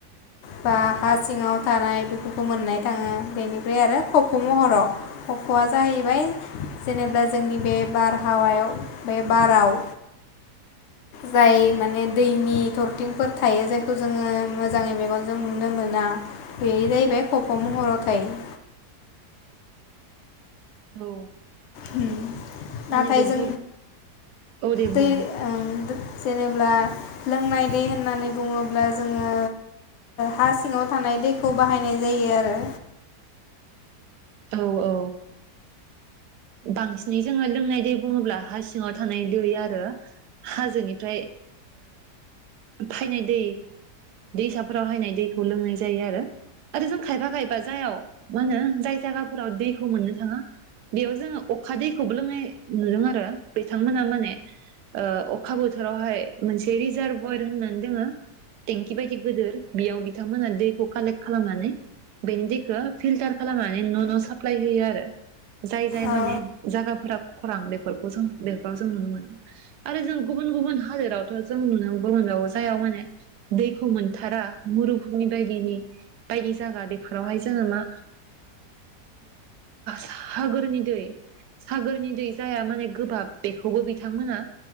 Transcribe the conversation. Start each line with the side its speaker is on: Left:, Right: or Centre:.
Left: बा हा सिङाव थानाय बेफोरखौ मोननाय थाङो बेनिफ्राय आरो खफ' महराव खफ'आ जाहैबाय जेनेबा जोंनि बे बारहावायाव बे बाराव जाय माने दैनि थरथिंफोर थायो जायखौ जोङो मोजाङै मेगनजों नुनो मोना बे जाहैबाय खफ महराव थायो
Right: औ
Left: उ
Right: माने
Left: नाथाय
Right: जोंथ'
Left: जों
Right: औ दे
Left: दै
Right: बुं
Left: ओ जेनेब्ला लोंनाय दै होननानै बुङोब्ला जोङो हा सिङाव थानाय दैखौ बाहायनाय जायो आरो
Right: औ औ। बांसिनै जोङो लोंनाय दै बुङोब्ला हा सिङाव थानाय दै आरो हाजोनिफ्राय फायनाय दै दैसाफोराव हायनाय दैखौ लोंनाय जायो आरो आरो जों खायफा खायबा जायाव मा होनो जाय जायगाफोराव दैखौ मोननो थाङा बेयाव जोङो अखा दैखौबो लोंनाय नुदों आरो बिथांमोना माने अखा बोथोरावहाय मोनसे रिजारभयर होननानै दोङो टेंकि बायदि गिदिर बेयाव बिथांमोना दैखौ कालेक्ट खालामनानै बेनि दैखौ फिल्टार खालामनानै न' न' साप्लाय होयो आरो जाय जाय माने
Left: औ
Right: जागाफोरा खरां बेफोरखौ जों बेफोराव जों नुनो मोनो आरो जों गुबुन गुबुन हादोरावथ' जों नुनोबो मोनबावो जाय माने दैखौ मोनथारा मुरुभुुमि बायदिनि बायदि जायगा बेफोरावहाय जोङो मा सागोरनि दै सागोरनि दै जाया माने गोबाब बेखौबो बिथांमोना